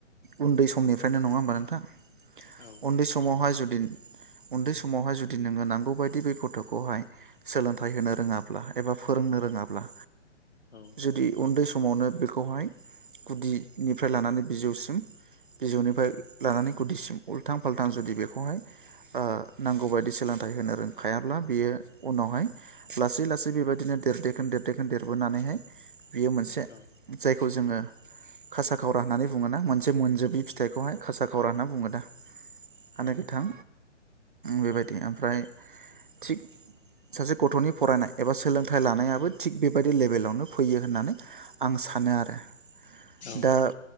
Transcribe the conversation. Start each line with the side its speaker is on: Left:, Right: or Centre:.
Right: उन्दै समनिफ्रायनो नङा होमबा नोंथां
Left: औ
Right: उन्दै समावहाय जुदि उन्दै समावहाय जुदि नोङो नांगौ बायदि बे गथ'खौहाय सोलोंथाइ होनो रोङाब्लाहाय फोरोंनो रोङाब्ला
Left: औ औ
Right: जुदि उन्दै समावनो बेखौहाय गुदिनिफ्राय लानानै बिजौसिम बिजौनिफ्राय लानानै गुदिसिम उल्थां फाल्थां जुदि बेखौहाय नांगौबायायदि सोलोंथाइ होनो रोंखायाब्ला बियो उनावहाय लासै लासै थ बेबायदिनो देरदेखोन देरदेखोन देरबोनानैहाय बियो मोनसे
Left: औ
Right: जायखौ जोङो खासा खावरा होननानै बुङोना मोनसे मोनजोबै फिथाइखौहाय खासा खावरा होनना बुङो दा आने
Left: औ
Right: गोथां
Left: औ
Right: बेबायदि
Left: औ
Right: ओमफ्राय थिग सासे गथ'नि फरायनाय एबा सोलोंथाइ लानायाबो थिग बेबायदि लेबेलावनो फैयो होननानै आं सानो आरो
Left: औ
Right: दा